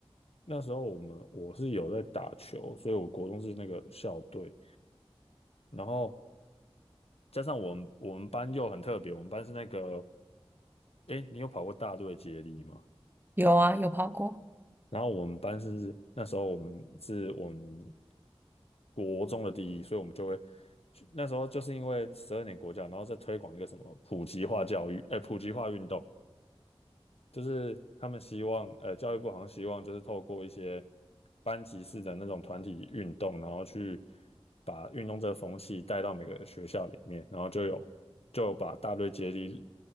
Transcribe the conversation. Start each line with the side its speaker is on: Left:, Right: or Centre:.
Left: 那时候我们我是有在打球，所以我国中是那个校队，然后加上我们我们班又很特别，我们班是那个，诶，你有跑过大队接力吗？
Right: 有啊，有跑过。
Left: 然后我们班是那时候我们是我们国中的第一，所以我们就会去那时候就是因为十二年国教，然后再推广一个什么普及化教育，呃，普及化运动，就是他们希望，呃，教育部好像希望就是透过一些班级式的那种团体运动，然后去把运动这个风气带到每个学校里面，然后就有就把大队接力